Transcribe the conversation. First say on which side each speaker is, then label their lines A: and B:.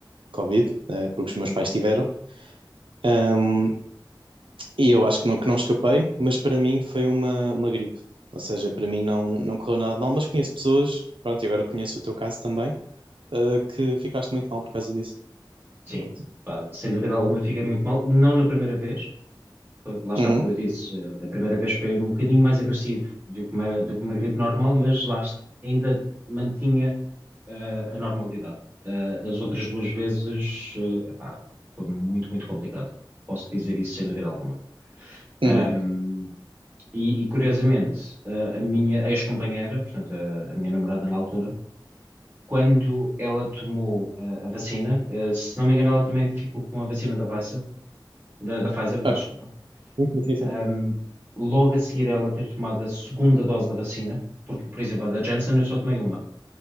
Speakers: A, on the right; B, on the right.
A: Covid, eh, porque os meus pais tiveram, Ahm, e eu acho que não, que não escapei, mas para mim foi uma, uma gripe. Ou seja, para mim não, não correu nada de mal, mas conheço pessoas, pronto, e agora conheço o teu caso também, eh, que ficaste muito mal por causa disso.
B: Sim,
A: Pronto.
B: pá, sem dúvida alguma fiquei muito mal. Não na primeira vez, Foi- lá está,
A: Uhum,
B: como eu disse, eh, a primeira vez foi um bocadinho mais agressivo do que uma, do que uma gripe normal, mas lá est- ainda mantinha eh, a normalidade. Eh, as outras duas vezes, eh, epá, foi muito, muito complicado. Posso dizer isso sem dúvida alguma.
A: uhum.
B: Ahm, e, e, curiosamente, eh, a minha ex-companheira, portanto, a, a minha namorada na altura, quando ela tomou eh, a vacina, eh, se não me engano, ela também ficou com a vacina da Pfizer da, da Pfizer, peço
A: Ah,
B: desculpa,
A: sim, sim, sim. sim.
B: ahm, logo a seguir ela ter tomado a segunda dose da vacina, porque, por exemplo, a da Janssen eu só tomei uma,